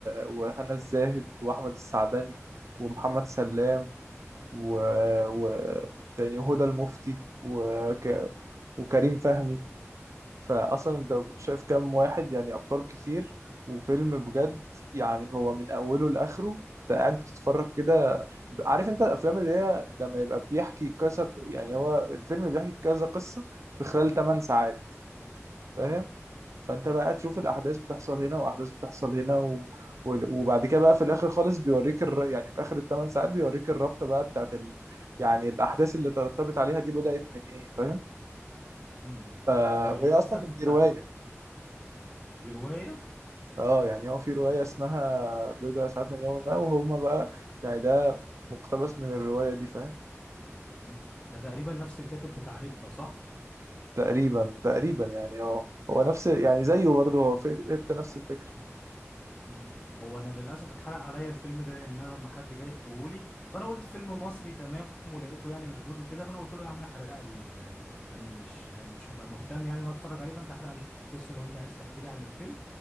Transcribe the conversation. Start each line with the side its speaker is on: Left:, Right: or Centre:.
Right: وهنا الزاهد وأحمد السعدني ومحمد سلام و- ومين تاني وهدى المفتي وك- وكريم فهمي فاصلا انت
Left: مم،
Right: شايف كام واحد يعني ابطال كتير وفيلم بجد يعني هو من اوله لاخره انت قاعد بتتفرج كده عارف انت الافلام اللي هي لما يبقى بيحكي كذا يعني هو الفيلم بيحكي كذا قصة في خلال 8 ساعات فاهم
Left: مم،
Right: فانت بقى تشوف الاحداث بتحصل هنا واحداث بتحصل هنا و... و- وبعد كده بقى في الاخر خالص بيوريك الر... يعني في اخر الثمان ساعات بيوريك الرابطه بقى بتاعت ال... يعني الاحداث اللي ترتبت عليها دي بدات من ايه فاهم
Left: مم، مم.
Right: ف...
Left: هو للاسف
Right: وهي اصلا دي روايه
Left: آه، دي رواية
Right: اه يعني هو في رواية اسمها بضع ساعات من يوم ما وهما بقى يعني ده مقتبس من الرواية دي فاهم
Left: مم. ده تقريبا نفس الكاتب بتاع هيبتا صح
Right: تقريبا تقريبا يعني اه هو نفس يعني زيه برضه هو في هبت نفس الفكرة
Left: مم. هو انا للاسف اتحرق عليا الفيلم ده لان انا لما حد جاي يحكيهولي فانا قلت فيلم مصري تمام ولقيته يعني مشدود وكده فانا قلت له يا عم احرق لي ده انا مش مش هبقى مهتم يعني إن انا اتفرج عليه فانت احرق لي القصه لو انت عايز تحكي لي عن الفيلم